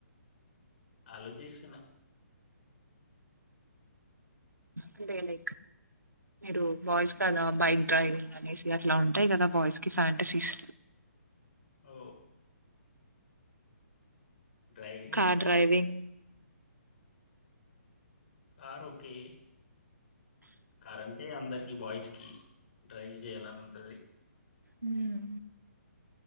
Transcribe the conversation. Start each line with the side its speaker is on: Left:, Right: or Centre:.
Left: ఆలోచిసున
Right: అంటే లైక్ మీరు బాయ్స్ కదా బైక్ డ్రైవింగ్ అనేసి అట్లా ఉంటాయి ఖదా బాయ్స్ కి ఫ్యాంటసీస్
Left: ఓ డ్రైవింగ్
Right: కార్
Left: అంటే
Right: డ్రైవింగ్
Left: కార్ ఒకే కార్ అంటే అందరికి బాయ్స్ కి డ్రైవ్ జెయ్యాలనుంటది
Right: హుం